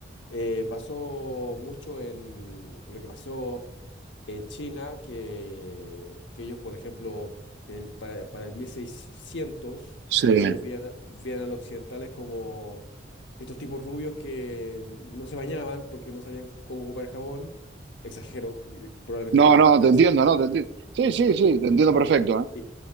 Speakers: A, on the left; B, on the right.
A: Eh, pasó mucho en lo que pasó en China, que, que ellos, por ejemplo, en- para, para el 1600,
B: sí.
A: ellos veían, a- veían a los occidentales como estos tipos rubios que no se bañaban porque no sabían cómo ocupar el jabón. Exagero, uy, probablemente
B: No,
A: no no
B: no, te
A: era
B: entiendo,
A: así
B: no, te entiendo. Sí, sí, sí, te entiendo
A: y,
B: perfecto,
A: y-